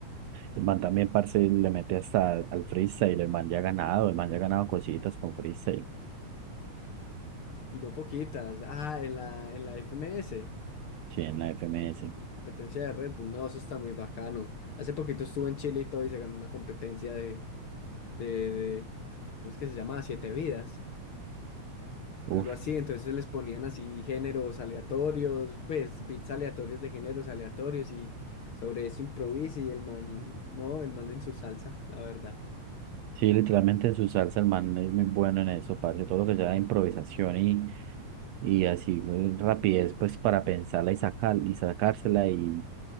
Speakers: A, on the right; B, on the left.
A: el man también, parce, le mete hasta al al freestyle, el man ya ha ganado, el man ya ha ganado cositas con freestyle,
B: Y no poquitas. Ah, en la, en la FMS,
A: sí, en la FMS.
B: la competencia de Red Bull. No, eso está muy bacano. Hace poquito estuvo en Chile y todo y se ganó una competencia de... de, ¿cómo es que se llama? Siete vidas,
A: Uf,
B: algo así. Entonces les ponían así géneros aleatorios, pues beats aleatorios de géneros aleatorios y sobre eso improvisa y el man, no, el man en su salsa, la verdad,
A: Sí, literalmente su salsa, el man es muy bueno en eso, parce, todo lo que sea improvisación y, y así eh, rapidez, pues para pensarla y sacar, y sacársela y,